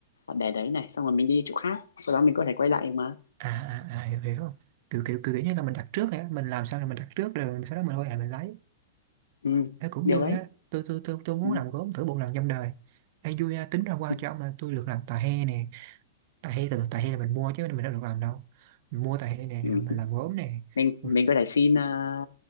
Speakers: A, on the left (about 85°); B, on the right (about 55°).
A: để đấy này xong rồi mình đi chỗ khác sau đó mình có thể quay lại mà
B: à à à hiểu hiểu không kiểu kiểu kiểu, kiểu như là mình đặt trước hả mình làm sao rồi mình đặt trước rồi sau đó mình quay lại mình lấy
A: ừ,
B: Ê, cũng
A: được
B: vui
A: đấy
B: á tôi tôi tôi tôi muốn
A: ừ.
B: làm gốm thử một lần trong đời Ê, vui á tính ra qua
A: ừ.
B: cho ông là tôi được làm tà he nè tà he từ từ tà he là mình mua chứ mình đâu được làm đâu mình mua tà he nè
A: ừ.
B: rồi mình làm gốm nè
A: mình
B: Ui,
A: mình có thể xin à,